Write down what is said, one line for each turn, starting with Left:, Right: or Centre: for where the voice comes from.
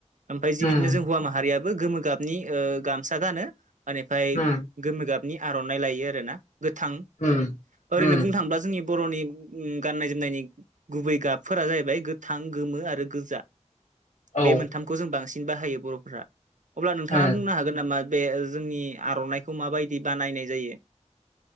Right: ओमफ्राय जि
Left: उम
Right: बिनो जों हौवा माहारिया गोमो गाबनि ओ गामसा गानो आनिफ्राय
Left: उम
Right: गोमो गाब नि आर'नाइ लायो आरोना गोथां
Left: उम
Right: ओरैनो
Left: उम
Right: बुंनो थाङोब्ला जोंनि बर'नि ओम गाननाय जोमनायनि गुबै गाबफोरा जाहैबाय गोथां गोमो आरो गोजा
Left: औ
Right: बे मोनथामखौ जों बांसिन बाहायो बर'फोरा अब्ला
Left: उम
Right: नोंथाङा बुंनो हागोन नामा बे जोंनि आर'नाइखौ माबायदि बानायनाय जायो